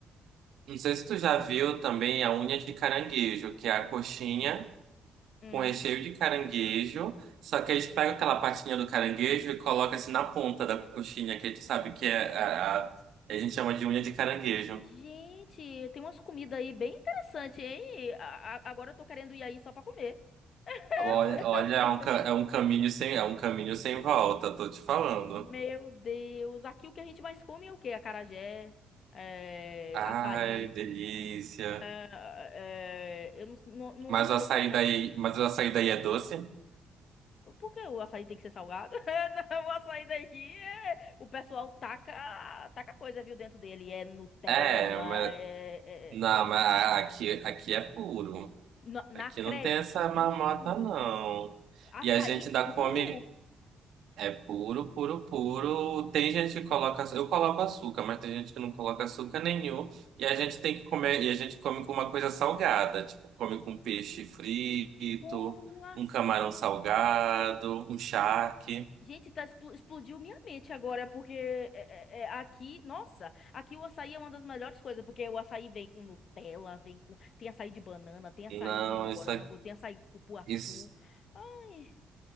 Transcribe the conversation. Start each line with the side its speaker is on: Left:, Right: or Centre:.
Right: não sei se tu já viu também a unha de caranguejo, que é a coxinha
Left: Hum.
Right: com recheio de caranguejo. Só que eles pegam aquela patinha do caranguejo e colocam assim na ponta da coxinha, que a gente sabe que é a, a, a gente chama de unha de caranguejo.
Left: Gente, tem umas comidas aí bem interessantes, hein? A- a- agora eu tô querendo ir aí só pra comer. <laughs>
Right: Olha, olha, é um, ca- é um caminho sem, é um caminho sem volta, tô te falando.
Left: Meu Deus, aqui o que a gente mais come é o quê? Acarajé, é,
Right: Ai,
Left: açaí.
Right: delícia.
Left: é, é, eu não, não, não
Right: Mas
Left: não sei
Right: o açaí
Left: se é todo
Right: daí,
Left: mundo.
Right: mas o açaí daí é doce?
Left: Por que o açaí tem que ser salgado? <laughs> É, Não, o açaí daqui é. O pessoal taca, taca coisa, viu, dentro dele. É Nutella,
Right: É, mas
Left: é. é-
Right: não,
Left: é- é.
Right: mas a- aqui, aqui é puro.
Left: Não, não
Right: Aqui
Left: acredito.
Right: não tem essa marmota, não.
Left: Açaí
Right: E a gente ainda
Left: puro?
Right: come É puro, puro, puro. Tem gente que coloca, eu coloco açúcar, mas tem gente que não coloca açúcar nenhum. E a gente tem que comer, e a gente come com uma coisa salgada, tipo, come com peixe frito,
Left: Como assim?
Right: um camarão salgado, um charque.
Left: Gente, tá, explo- explodiu minha mente agora, porque é, é, é, aqui, nossa, aqui o açaí é uma das melhores coisas, porque o açaí vem com Nutella, vem com. Tem açaí de banana, tem açaí
Right: Não,
Left: de morango,
Right: isso, a-
Left: tem açaí de cupuaçu.
Right: isso,
Left: Ai,